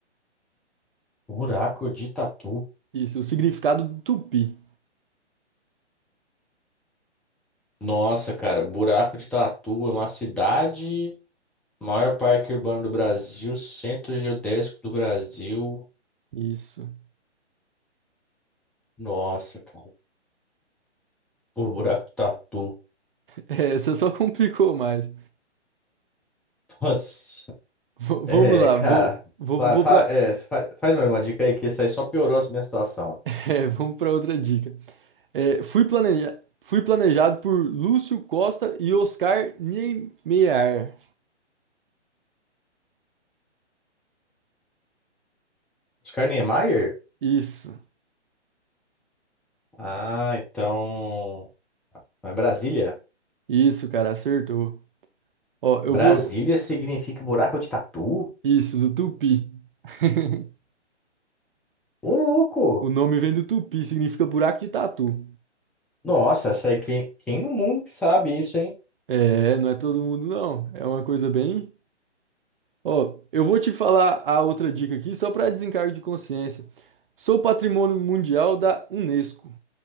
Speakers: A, in the centre; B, on the right.
A: Buraco de Tatu.
B: Isso, o significado do tupi.
A: Nossa, cara, Buraco de Tatu é uma cidade, maior parque urbano do Brasil, Centro Geodésico do Brasil.
B: Isso. <laughs>
A: Nossa, cara, por Buraco de Tatu.
B: É, Essa só complicou mais.
A: Nossa.
B: V-
A: É,
B: vamos lá,
A: cara,
B: vou, vou,
A: fa-
B: vou
A: fa-
B: para
A: é, fa- faz mais uma dica aí que isso aí só piorou a minha situação.
B: <laughs> é, vamos para outra dica. É, fui planeja fui planejado por Lúcio Costa e Oscar Niemeyer.
A: Oscar Niemeyer?
B: Isso,
A: Ah, então. Mas Brasília?
B: isso, cara, acertou. Ó, eu
A: Brasília
B: vou.
A: significa buraco de tatu?
B: Isso, do tupi. <laughs>
A: Ô, louco!
B: O nome vem do tupi, significa buraco de tatu.
A: Nossa, essa aí, quem, quem no mundo que sabe isso, hein?
B: É, não é todo mundo não. É uma coisa bem. Ó, eu vou te falar a outra dica aqui, só para desencargo de consciência. Sou patrimônio mundial da Unesco.